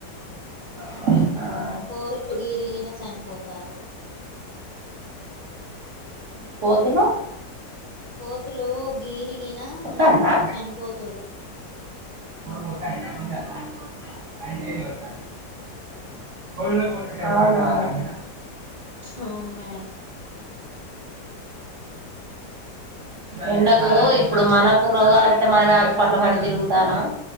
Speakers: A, on the right; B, on the left.
A: ఆ
B: కోతులు గిరిగిన చనిపోతారు
A: కోతులు
B: కోతులు గీరి నా
A: వత్తాందా
B: చనిపోతూరు
A: అవునా
B: అవును మేడం
A: ఎండకు ఇప్పుడు మనకు రోగాలుస్తే మనమే హాస్పిటల్ పడి తిరుగుతాన్నాం